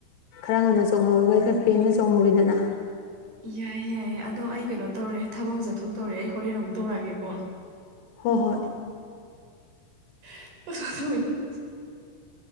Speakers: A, on the left; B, on the right.
A: ꯈꯔ ꯉꯟꯅ ꯆꯣꯡꯍꯧꯔꯒꯗꯤ ꯈꯔ ꯄꯦꯟꯅ ꯆꯣꯡꯍꯧꯋꯤꯗꯅ
B: ꯌꯥꯏꯌꯦ ꯌꯥꯏꯌꯦ ꯑꯗꯣ ꯑꯩ ꯀꯩꯅꯣ ꯇꯧꯔꯦ ꯊꯕꯛ ꯑꯃ ꯆꯠꯊꯣꯛꯇꯧꯔꯦ ꯑꯩ ꯍꯣꯔꯦꯟ ꯑꯃꯨꯛ ꯇꯧꯔꯛꯑꯒꯦꯀꯣ
A: ꯍꯣꯏ ꯍꯣꯏ
B: <unintelligible>